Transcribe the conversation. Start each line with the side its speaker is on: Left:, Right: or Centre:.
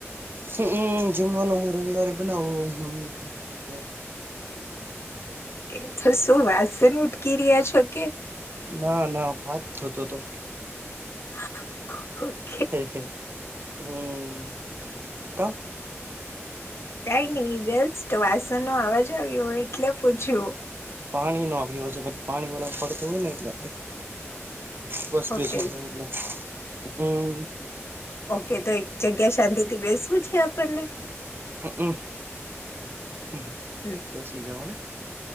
Right: હમ! જમવાનું હું રવિવારે બનાવ મમ્મી ના એટલે.
Left: કે તો શું વાસન ઉટકી રહ્યા છો કે?
Right: ના ના હાથ ઘોતો હતો.
Left: <inaudible>
Right: <unintelligible>
Left: કઈ નઈ જેસ્ટ વાસણ નો અવાજ આવ્યો હોય એટલે પૂછ્યું.
Right: પાણી નો આવ્યો છેધું પાણી વાળા પડતું હોય ને એટલે. બસ બે
Left: ઓકે
Right: એટલે હમ.
Left: ઓકે તો એક જગ્યા શાંતિથી બેસવું છે આપણને.
Right: હમ હ
Left: હમ,
Right: બેસી જાઓ ને.